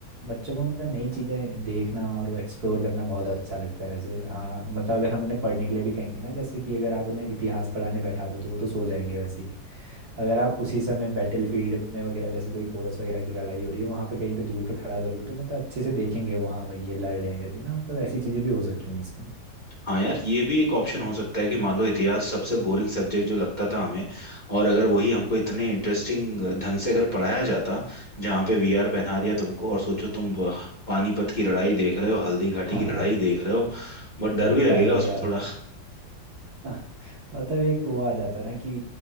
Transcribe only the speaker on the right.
बच्चों को मतलब नई चीज़ें देखना और एक्सप्लोर करना बहुत अच्छा लगता है वैसे हाँ मतलब अगर हम उन्हें पढ़ने के लिए भी कहेंगे ना जैसे कि अगर आप उन्हें इतिहास पढ़ाने बैठा दो तो वो तो सो जाएंगे वैसे ही अगर आप उसी समय बैटल फील्ड में वगैरह जैसे कोई पोरस वगैरह की लड़ाई हो रही है वहाँ पे कहीं पे दूर पे खड़ा कर दो तो मतलब अच्छे से देखेंगे वो हाँ भाई ये लड़ रहे हैं करके ना मतलब ऐसी चीज़ें भी हो सकती हैं इसमें
हाँ
हाँ
वो कितना
बढ़िया
होता
<laughs> हाँ, मतलब एक वो आ जाता है ना कि